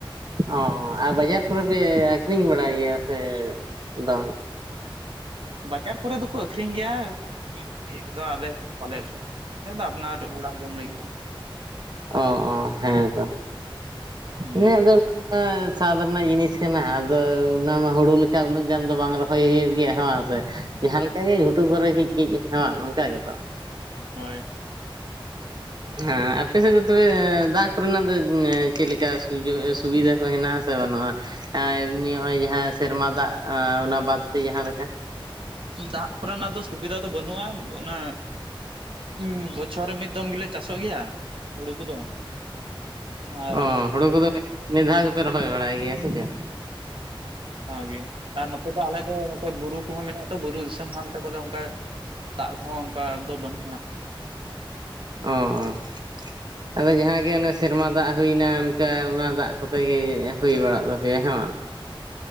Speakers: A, on the right (about 50°); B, on the right (about 75°).
A: ᱚ ᱟᱨ ᱵᱟᱡᱟᱨ ᱠᱚᱨᱮ ᱯᱮ ᱟᱠᱷᱨᱤᱧ ᱵᱟᱲᱟᱭ ᱜᱮᱭᱟ ᱥᱮ ᱵᱟᱝ?
B: ᱵᱟᱡᱟᱨ ᱠᱚᱨᱮ ᱫᱚᱠᱚ ᱟᱹᱠᱷᱨᱤᱧ ᱜᱮᱭᱟ᱾ <unintelligible> ᱫᱚ ᱟᱞᱮ ᱫᱚ ᱵᱟᱞᱮ ᱟᱹᱠᱷᱨᱤᱧᱟ ᱾ᱟᱞᱮ‌ ᱫᱚ ᱟᱯᱱᱟᱨ ᱚᱲᱟᱜ ᱡᱚᱢ ᱞᱟᱹᱜᱤᱜ ᱜᱮ᱾
A: ᱚᱸ ᱚᱸ ᱦᱮᱸᱛᱚ
B: ᱦᱩᱸ
A: ᱤᱧᱟᱹᱜ ᱫᱟᱹᱞ ᱮᱸ ᱥᱟᱫᱽ ᱨᱮᱱᱟᱜ ᱡᱤᱱᱤᱥ ᱠᱟᱱᱟ᱾ ᱟᱫᱚ ᱩᱱᱟ ᱢᱟ ᱦᱩᱲᱩ ᱞᱤᱠᱟ ᱩᱱᱟᱹᱜ ᱜᱟᱱ ᱫᱚ ᱵᱟᱝ ᱨᱚᱦᱚᱭ ᱦᱩᱭᱩᱜ ᱜᱮᱭᱟ ᱦᱮ‌ᱸ ᱥᱮ᱾ ᱡᱟᱦᱟᱸ ᱞᱮᱠᱟ ᱜᱮ ᱜᱷᱩᱴᱩ ᱠᱚᱨᱮ ᱠᱟᱹᱡ ᱠᱟᱹᱡ ᱦᱮᱸ ᱵᱟᱝ ᱚᱱᱠᱟ ᱜᱮᱛᱚ᱾
B: ᱦᱳᱭ᱾
A: ᱦᱮᱸ ᱟᱯ <unintelligible> ᱛᱚᱵᱮ ᱫᱟᱜ ᱠᱚᱨᱮ ᱱᱟᱜ ᱫᱚ ᱮᱸ ᱪᱮᱜ ᱞᱮᱠᱟ ᱥᱩᱡᱳ ᱥᱩᱵᱤᱫᱟ ᱠᱚ ᱦᱮᱱᱟᱜ-ᱟ ᱥᱮ ᱵᱟᱱᱩᱜ-ᱟ? ᱚᱭ ᱮᱢᱱᱤ ᱦᱚᱸᱜ-ᱚᱭ ᱡᱟᱦᱟᱸ ᱥᱮᱨᱢᱟ ᱫᱟᱜ ᱟᱸ ᱚᱱᱟ ᱵᱟᱫᱽ ᱛᱮ ᱡᱟᱦᱟᱸ ᱞᱮᱠᱟ᱾
B: ᱫᱟᱜ ᱠᱚᱨᱮ ᱱᱟᱜ ᱫᱚ ᱥᱩᱵᱤᱫᱟ ᱫᱚ ᱵᱟᱹᱱᱩᱜ-ᱟ ᱾ᱚᱱᱟᱼᱼ ᱩᱸ ᱵᱚᱪᱷᱚᱨ ᱨᱮ ᱢᱤᱫ ᱫᱚᱢ ᱜᱮᱞᱮ ᱪᱟᱥᱚᱜ ᱜᱮᱭᱟ᱾ ᱦᱩᱲᱩ ᱠᱚᱫᱚ ᱟᱨ
A: ᱚᱸᱻ ᱦᱩᱲᱩ ᱠᱚᱫᱚ ᱢᱤᱫ ᱫᱷᱟᱣ ᱜᱮᱯᱮ ᱨᱚᱦᱚᱭ ᱵᱟᱲᱟᱭ ᱜᱮᱭᱟ ᱥᱮ ᱪᱮᱫ?
B: ᱛᱟᱣ ᱜᱮ ᱟᱨ ᱱᱚᱛᱮ ᱫᱚ ᱟᱞᱮ ᱫᱚ ᱱᱚᱛᱮ ᱵᱩᱨᱩ ᱠᱚᱦᱚᱸ ᱢᱮᱱᱟᱜ-ᱟ ᱛᱚ ᱵᱩᱨᱩ ᱫᱤᱥᱟᱹᱢ ᱠᱟᱱ ᱛᱮ ᱵᱚᱞᱮ ᱚᱱᱠᱟᱼᱼ ᱫᱟᱜ ᱠᱚᱦᱚᱸ ᱚᱱᱠᱟ ᱫᱚ ᱵᱟᱹᱱᱩᱜ-ᱟ᱾
A: ᱚᱸᱻᱚᱸ᱾
B: <inaudible>
A: ᱟᱫᱚ ᱡᱟᱦᱟᱸ ᱜᱮ ᱚᱱᱮ ᱥᱮᱨᱢᱟ ᱫᱟᱜ ᱦᱩᱭᱮᱱᱟ᱾ ᱚᱱᱠᱟ ᱚᱱᱟ ᱫᱟᱜ ᱠᱚᱛᱮ ᱜᱮ ᱮᱸ ᱦᱩᱭ ᱵᱟᱲᱟᱜ ᱛᱟᱯᱮᱭᱟ᱾ᱦᱮᱸ ᱵᱟᱝ?